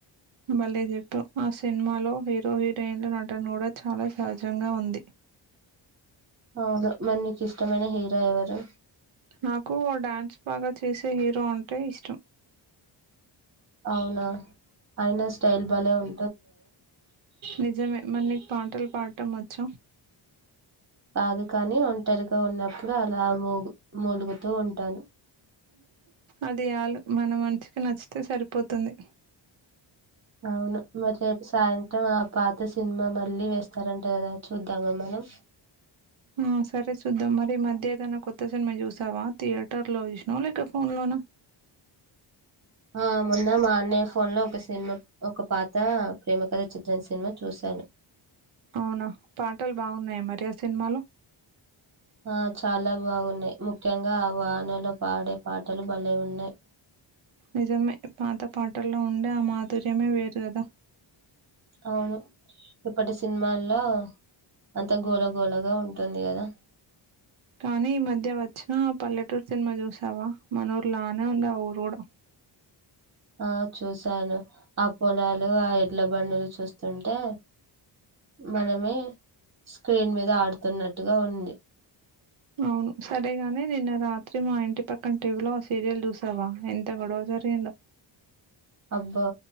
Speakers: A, on the right; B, on the right.
A: బల్లే చెప్పావు ఆ సినిమాలో హీరో హీరోయిన్ల నటన కూడా చాలా సహజంగా ఉంది.
B: అవును మరి నీకు ఇష్టమైన హీరో ఎవరు.
A: నాకు ఓ డ్యాన్స్ బాగా చేసే హీరో అంటే ఇష్
B: అవునా అయినా స్టైల్ బలే ఉం
A: నిజమే మరి నీకు పాటలు పాడటం వచ్చ
B: రాదు కాని ఒంటరిగా ఉన్నప్పుడు అలా ము ములుగుతూ ఉంటాను
A: అది ఆలు మన మనిషికి నచ్చితే సరిపోతుంది
B: అవును మరి రేపు సాయంత్రం ఆ పాత సినిమా మళ్ళీ వేస్తారంట కదా చూద్దామ మన మ్
A: ఆ సరే చూద్దాం మరి మద్య దన్న కొత్త సినిమా చూసావా థియేటర్ లో చూసినవ లేక ఫోన్ లోనా
B: ఆ మొన్న మా అన్నయ్య ఫోన్ లో ఒక సినిమా ఒక పాత ప్రేమకథ చిత్రం సినిమా చూశాను
A: అవునా పాటలు బాగున్నాయా మరి ఆ సినిమాలో
B: ఆ చాలా బాగున్నాయి ముఖ్యంగా ఆ వానలో పాడే పాటలు భలే ఉన్నాయి
A: నిజమే పాత పాటల్లో ఉండే ఆ మాధుర్యమే వేరు కదా
B: అవును ఇప్పటి సినిమల్లో అంత గోళ గోళగా ఉంటుంది కదా
A: కానీ ఈ మధ్య వచ్చిన పల్లెటూరు సినిమా చూసావా మన ఊర్ లానే ఉంది ఆ ఊరు కూడా
B: ఆ చూశాను ఆ పొలాలు ఆ ఎడ్ల బండిలు చూస్తుంటే మనమే స్క్రీన్ మీద ఆడుతున్నట్టుగా ఉంది
A: అవును సరేగానీ నిన్న రాత్రి మా ఇంటి పక్కన టీవీలో సీరియల్ చూసావా ఎంత గొడవ జరిగిందో
B: అబ్బో